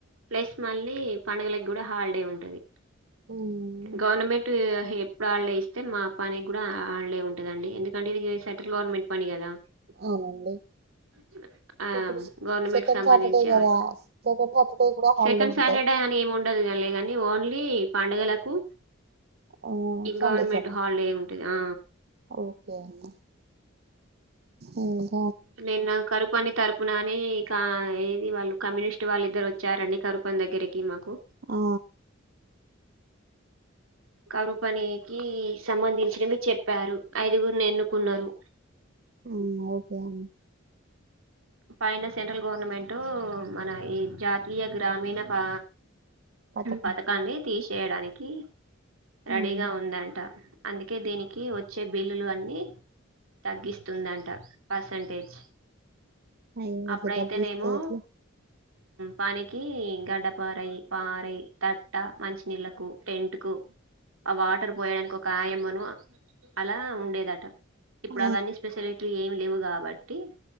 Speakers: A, on the right (about 85°); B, on the right (about 50°).
A: ప్లస్ మళ్ళీ పండుగలకి కూడా హాలిడే ఉంటది
B: హ్మ్.
A: గవర్నమెంట్ ఎప్పుడు హాలిడే ఇస్తే మా పని కూడా హాలిడే ఉంటుదండి ఎందుకంటే ఇది సెంట్రల్ గవర్నమెంట్ పని కదా
B: అవునండి
A: సరే ఆ
B: ఇప్పుడు సె
A: గవర్నమెంట్
B: సెకండ్
A: సంబంధించి
B: సాటర్‌డే గదా!
A: హాలిడే
B: సెకండ్ సాటర్‌డే కూడా హాలిడే
A: సెకండ్
B: ఉంటాయి.
A: సాటర్డే అని ఏమి ఉండదు లేదండి ఓన్లీ పండుగలకు
B: ఆ!
A: ఈ
B: సండే,
A: గవర్నమెంట్
B: సండే.
A: హాలిడే ఉంటుది ఆ
B: ఓకే అన్న ఉ
A: నిన్న కరుపుని తరపునని ఇకా ఏది వాళ్ళు కమ్యూనిస్ట్ వాళ్ళ ఇద్దరు వచ్చారండి కరుపని దగ్గరికి మాకు
B: ఆ
A: కరు పనికి సంబంధించినవి చెప్పారు ఐదుగురుని ఎన్నుకున్నారు
B: ఉ ఓకే అండీ
A: పైన సెంట్రల్ గవర్నమెంటట్ మన ఈ జాతీయ గ్రామీణ ప
B: పథకం.
A: పథకాన్ని తీసేయడానికి
B: హ్మ్.
A: రెడీగా ఉందంట అందుకే దీనికి వచ్చే బిల్లులు అన్ని తగ్గిస్తుందంట పర్సంటేజ్
B: అయ్యో!
A: అప్పుడైతేనేమో
B: ఇట్లా తగ్గిస్తే ఎట్లా?
A: పనికి గడ్డపారై పారై తట్ట మంచినీళ్ళలకు టెంట్ కు ఆ వాటర్ పోయడానికి ఒక ఆయామ్మను అలా ఉండేదట ఇప్పుడు
B: ఆ!
A: అవన్నీ స్పెసిలిటీ ఏమి లేవు కాబట్టి